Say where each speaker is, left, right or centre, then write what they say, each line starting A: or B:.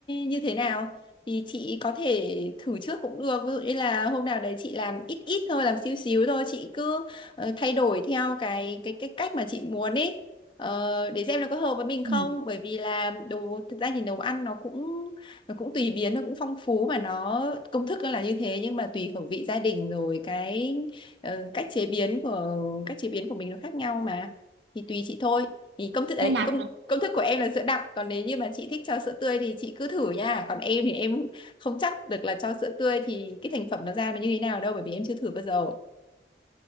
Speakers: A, on the left; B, on the right.
A: như thế nào thì chị có thể thử trước cũng được ví dụ như là hôm nào đấy chị làm ít ít thôi làm xíu xíu thôi chị cứ ờ, thay đổi theo cái cái cái cách mà chị muốn ấy Ờ, để xem nó có hợp với mình không
B: Ừ.
A: bởi vì là đồ thực ra thì nấu ăn nó cũng nó cũng tùy biến nó cũng phong phú mà nó công thức nó là như thế nhưng mà tùy khẩu vị gia đình rồi cái Ờ, cách chế biến của cách chế biến của mình nó khác nhau mà thì tùy chị thôi thì công thức đấy
B: hay là
A: công công thức của em là sữa đặc còn nếu như mà chị thích cho sữa tươi thì chị cứ thử nha còn em thì em không chắc được là cho sữa tươi thì cái thành phẩm nó ra nó như thế nào đâu bởi vì em chưa thử bao giờ